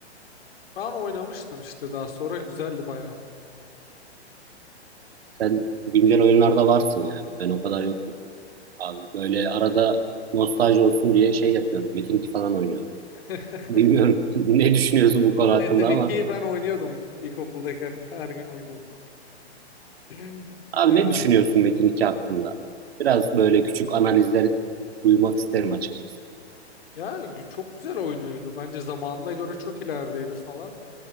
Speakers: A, on the left; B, on the right.
A: Ben oynamıştım işte daha sonra. Güzeldi baya.
B: Sen güncel oyunlarda varsın ya. Ben o kadar yokum. Abi böyle arada nostalji olsun diye şey yapıyorum. Metin 2 falan oynuyorum.
A: <laughs>
B: Bilmiyorum <laughs> ne düşünüyorsun bu konu hakkında
A: Metin 2'yi
B: ama.
A: ben oynuyordum ilkokuldayken. Her gün oynuyordum. <laughs>
B: Abi
A: Ee,
B: ne düşünüyorsun Metin 2 hakkında? Biraz böyle küçük analizler duymak isterim açıkçası.
A: ya gü- çok güzel oyunuydu. Bence zamanına göre çok ilerideydi falan.